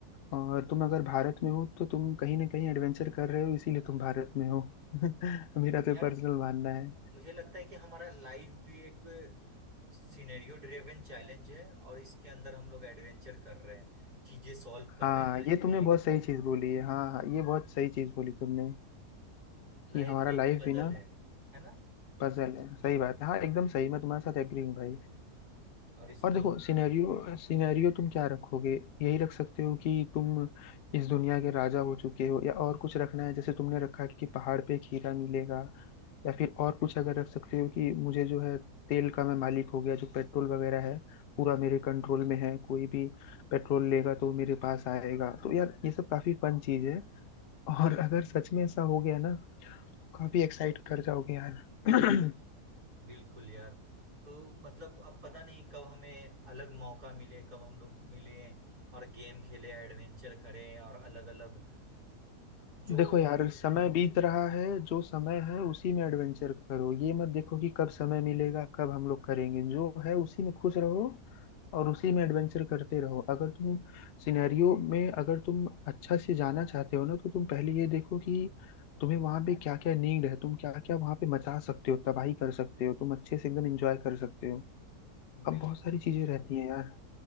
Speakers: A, on the left (about 70°); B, on the right (about 85°).
A: और तुम अगर भारत में हो तो तुम कहीं ना कहीं एडवेंचर कर रहे हो इसीलिए तुम भारत में हो <laughs> मेरा तो
B: यार
A: पर्सनल मानना है
B: मुझे लगता है कि हमारा लाइफ भी एक सिनेरियो ड्रिवन चैलेंज है और इसके अंदर हम लोग एडवेंचर कर रहे हैं चीजें सॉल्व कर
A: हाँ
B: रहे हैं लाइफ
A: ये तुमने
B: भी एक
A: बहुत सही चीज बोली है हाँ हाँ ये बहुत सही चीज बोली तुमने
B: लाइफ
A: कि हमारा
B: भी
A: लाइफ
B: एक पजल
A: भी ना
B: है है ना
A: पजल है सही बात है हाँ एकदम सही मैं तुम्हारे साथ एग्री हूँ भाई
B: और इसको
A: और
B: हम
A: देखो सिनेरियो सिनेरियो तुम क्या रखोगे यही रख सकते हो कि तुम इस दुनिया के राजा हो चुके हो या और कुछ रखना है जैसे तुमने रखा कि पहाड़ पे खीरा मिलेगा या फिर और कुछ अगर रख सकते हो कि मुझे जो है तेल का मैं मालिक हो गया जो पेट्रोल वगैरह है पूरा मेरे कंट्रोल में है कोई भी पेट्रोल लेगा तो वो मेरे पास आएगा तो यार ये सब काफी फन चीज है और अगर सच में ऐसा हो गया ना काफी एक्साइट कर जाओगे यार <clears throat>
B: बिल्कुल यार तो मतलब अब पता नहीं कब हमें अलग मौका मिले कब हम लोग मिले और गेम खेले एडवेंचर करें और अलग अलग जो
A: देखो यार समय बीत रहा है जो समय है उसी में एडवेंचर करो ये मत देखो कि कब समय मिलेगा कब हम लोग करेंगे जो है उसी में खुश रहो और उसी में एडवेंचर करते रहो अगर तुम सिनेरियो में अगर तुम अच्छा से जाना चाहते हो ना तो तुम पहले ये देखो कि तुम्हें वहां पे क्या क्या नीड है तुम क्या क्या वहां पे मचा सकते हो तबाही कर सकते हो तुम अच्छे से एकदम एंजॉय कर सकते हो अब
B: बिल्कुल
A: बहुत सारी चीजें रहती हैं यार